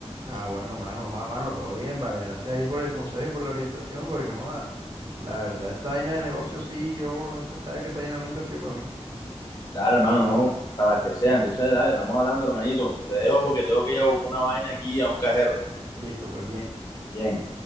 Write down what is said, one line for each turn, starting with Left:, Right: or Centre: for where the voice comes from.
Right: Ah, bueno, mano, Juan, mano, todo bien, vale. Gracias ahí por el consejo y por la orientación, porque, joda, la verdad, esta vaina de negocio, sí, yo, esa, sabes que esa vaina nunca ha sido para mí.
Left: Dale, hermano, no, para las que sea. Entonces, dale, estamos hablando, hermanito. Te dejo porque tengo que ir a buscar una vaina aquí a un cajero.
Right: Listo, pues bien.
Left: Bien.